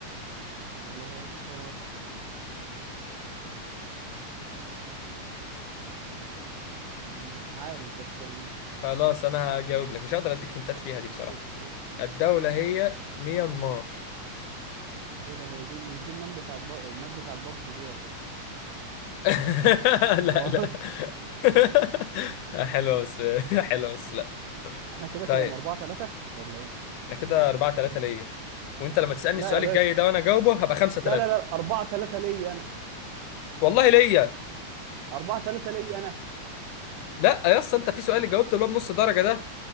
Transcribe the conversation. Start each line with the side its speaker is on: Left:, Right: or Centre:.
Right: والله يا اسطى مش عارف بس يعني
Left: خلاص انا هجاوب لك مش هقدر اديك هنتات فيها دي بصراحه
Right: قول قول قول
Left: الدوله هي ميانمار
Right: ايه ده هي دي مش دي الماب بتاعت ب... الماب بتاعت بابجي دي ولا ايه؟
Left: <laughs> لا
Right: هو
Left: لا <laughs> حلوه بس حلوه بس لا
Right: <laughs> احنا كده
Left: طيب
Right: كام 4 3 ولا ايه؟
Left: احنا كده 4 3 ليا وانت لما تسالني
Right: لا
Left: السؤال
Right: يا باشا
Left: الجاي ده وانا جاوبه هبقى 5
Right: لا
Left: 3
Right: لا لا 4 3 ليا انا
Left: والله ليا
Right: 4 3 ليا انا
Left: لا يا اسطى انت في سؤال اللي جاوبته اللي هو بنص درجه ده